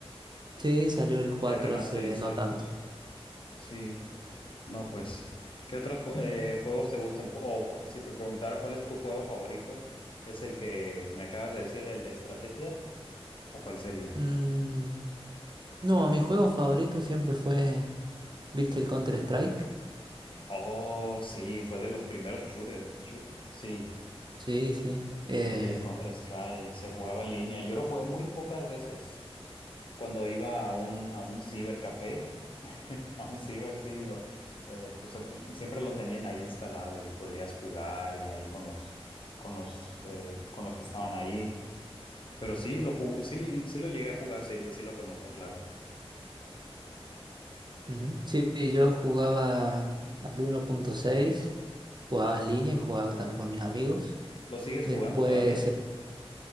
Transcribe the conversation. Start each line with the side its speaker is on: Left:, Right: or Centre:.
Right: Sí, salió el cuatro
Left: De remasterizarlos.
Right: hace no tanto.
Left: Sí. No, pues, ¿qué otros ju- eh, juegos te gustan? Cu- O cu- si te preguntara cuál es tu juego favorito, ¿es el que me acabas de decir, el de estrategia? ¿O cuál sería?
Right: Mm, no, mi juego favorito siempre fue, ¿viste el Counter-Strike?
Left: Oh, sí, fue de los primeros shooters. shoo- sí,
Right: Sí, sí. Eh,
Left: sí, Counter-Strike. Se jugaba en línea. Yo lo jugué muy pocas veces. Cuando iba a un, a un cibercafé, <laughs> a un ciber, sí, lo, eh, pues em, siempre lo tenían ahí instalado y podrías jugar y ahí con los, con los, eh, con los que estaban ahí. Pero sí, lo jugué, sí, sí lo llegué a jugar, sí, sí lo conozco, claro.
Right: ujú. Sí, yo jugaba al uno punto seis jugaba
Left: Ajá.
Right: en línea y jugaba también con mis amigos.
Left: ¿Lo sigues
Right: Después
Left: jugando todavía?